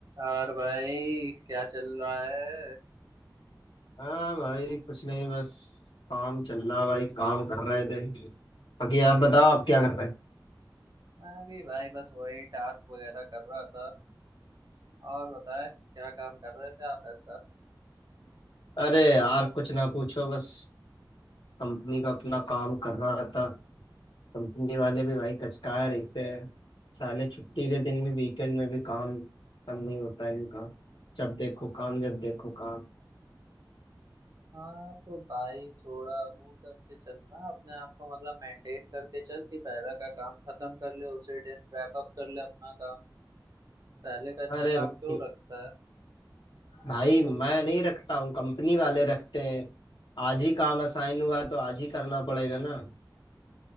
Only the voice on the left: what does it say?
हाँ भाई कुछ नहीं बस काम चल रहा भाई काम कर रहे थे बाकी आप बताओ आप क्या कर रहे हैं
अरे यार कुछ ना पूछो बस कंपनी का अपना काम कर रहा था कंपनी वाले भी भाई कचकाए रहते हैं साले छुट्टी के दिन भी वीकेंड में भी काम खत्म नहीं होता इनका जब देखो काम जब देखो काम
अरे
भाई
भाई मैं नहीं रखता हूँ कंपनी वाले रखते हैं आज ही काम असाइन हुआ तो आज ही करना पड़ेगा ना